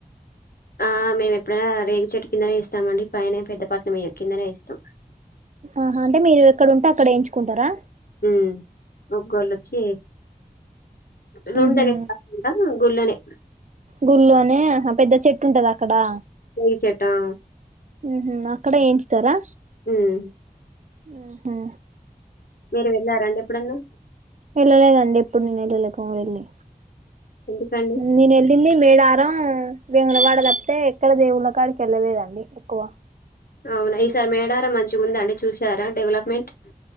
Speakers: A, on the left (about 80°); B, on the right (about 55°).
A: ఆ మేము ఎప్పుడైనా వేగుచట్టు కిందనే ఇస్తామ అండి పైన పెద్ద పట్ల మే కిందనే ఇస్తాం
B: ఆహా అంటే మీరు ఎక్కడుంటే అక్కడ ఏయించుకుంటరా
A: ఉమ్ ఒగ్గోలు వచ్చీ రూమ్
B: ఉహు
A: దెగ్గరకూడ గుళ్ళనే
B: గుళ్ళోనే ఆ పెద్ద చెట్టు ఉంటది అక్కడా
A: రేగి చెట్టు ఆ
B: హ్మ అక్కడ ఏయించుతారా
A: ఉమ్
B: <inaudible>
A: మీరు వెళ్ళారా అండి ఎప్పుడన్నా
B: వెళ్ళలేదండి ఎప్పుడు నేను వెళ్ళలేక వెళ్ళి
A: ఎందుకండి
B: నేను ఎల్లిందీ మేడార్ రం వేములవాడ తప్పితే ఎక్కడ దేవుళ్ళ కాడికి ఎళ్ళలేదండి ఎక్కువ
A: అవున ఈసారి మేడారం మంచిగ ఉందండి చూసారా డెవలప్మెంట్